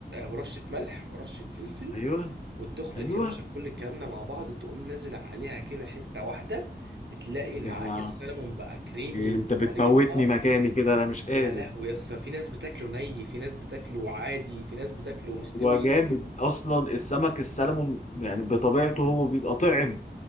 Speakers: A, on the right; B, on the left.
A: ورشة ملح ورشة فلفل
B: أيوه
A: وتخلط
B: أيوه
A: يا باشا كل الكلام ده مع بعض تقوم نازل عليها كده حتة واحدة تلاقي معاك
B: دي على
A: السلمون بقى كريمي
B: أنت
A: وبطريقة
B: بتموتني مكاني كده أنا مش قادر
A: يا لهوي يا اسطى في ناس بتاكله ني في ناس بتاكله عادي في ناس بتاكله مستوي
B: هو جامد اصلا السمك السلمون يعني بطبيعته هو بيبقى طعم